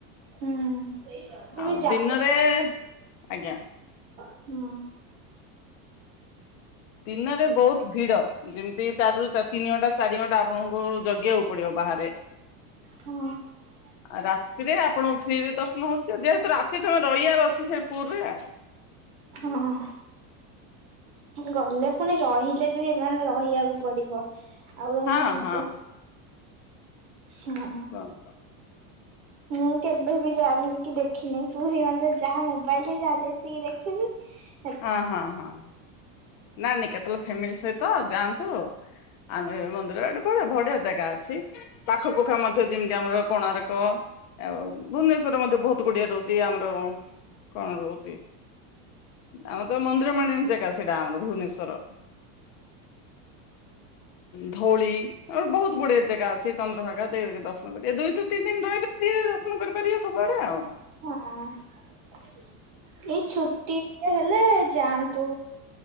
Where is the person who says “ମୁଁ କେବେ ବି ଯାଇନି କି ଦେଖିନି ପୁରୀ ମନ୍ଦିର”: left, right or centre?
Right